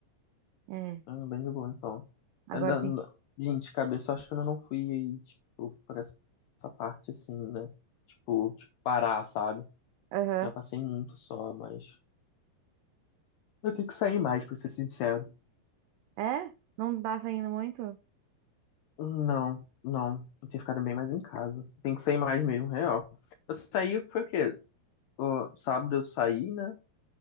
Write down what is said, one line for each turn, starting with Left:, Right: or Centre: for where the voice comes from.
Right: É.
Left: Ah, bem de boa, então.
Right: Agora
Left: Ainda,
Right: tem
Left: n-
Right: que.
Left: gente, de cabeça, eu acho que eu não fui aí, tipo, pra essa essa parte assim, né? Tipo, de parar, sabe?
Right: Aham.
Left: Já passei muito só, mas. Eu tenho que sair mais, pra ser sincero.
Right: É? Não tá saindo muito?
Left: Não, não. Eu tenho ficado bem mais em casa. Tem que sair mais mesmo, real. Eu saí, foi o quê? Ó, sábado eu saí, né?